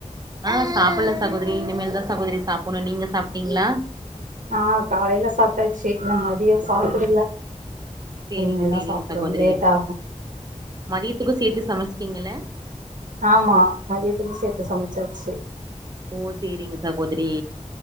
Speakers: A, on the right; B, on the right.
A: ஆ சாப்புடுல சகோதரி இனிமேல் தா சகோதரி சாப்டணு நீங்க சாப்டீங்களா
B: ஆ காலைல சாப்டாச்சு இன்னு மதியோ சாப்பிடுல
A: சேரிங்க
B: இனிமேதா
A: சேரிங்க
B: சாப்டனு
A: சகோதரி
B: லேட் ஆகு
A: மதியத்துக்கு சேர்த்து சமைச்டீங்கள
B: ஆமா மதியத்துக்கு சேர்த்து சமைச்சாச்சு
A: ஓ சேரிங்க சகோதரி